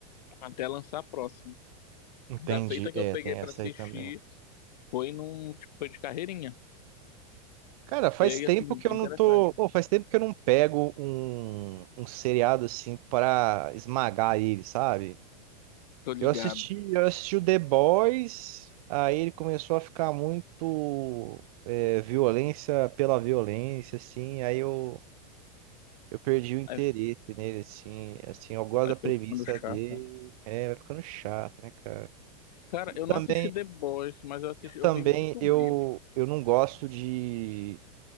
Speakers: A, on the left (about 75°); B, on the right (about 60°).
A: até lançar a próxima.
B: Entendi.
A: Da feita que
B: É,
A: eu peguei
B: tem
A: pra
B: essa
A: assistir
B: aí também.
A: foi num tipo foi de carreirinha.
B: Cara, faz
A: E aí
B: tempo
A: assim,
B: que eu
A: é interessante.
B: não tô. Pô, faz tempo que eu não pego um, um seriado assim pra esmagar ele, sabe?
A: Tô ligado.
B: Eu assisti, eu assisti o The Boys, aí ele começou a ficar muito é, violência pela violência, assim, aí eu. Eu perdi o interesse
A: Aí,
B: nele, assim, assim, eu gosto
A: aí
B: da
A: foi
B: premissa
A: ficando chato.
B: dele, é, vai ficando chato, né, cara?
A: Cara,
B: E
A: eu
B: também,
A: não assisti The Boys, mas eu assisti,
B: eu
A: eu
B: também,
A: vi muito
B: eu,
A: meme.
B: eu não gosto de,